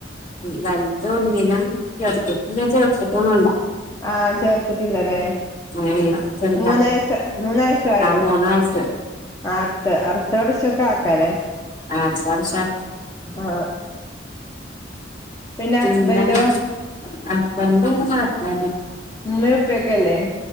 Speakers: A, on the left; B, on the left.
A: വലുതൊന്നിലും ചെറുതിനെ ചേർത്തിട്ടൊന്നുല്ല.
B: ആ ചേർത്തിട്ടില്ലലേ?
A: അങ്ങനെയില്ല ചെറുതാ
B: മൂന്നയസ് മൂന്നയസായോ?
A: ആ മൂന്ന് വയസ്സ്
B: ആ അടുത്ത അടുത്തർഷൊക്കെ ആക്കാലേ?
A: ആർഷ ആർഷാക്ക
B: ആ
A: <unintelligible>
B: പിന്നെ ഹസ്ബൻഡോ ഉമ്മെപ്പെക്കെല്ലേ?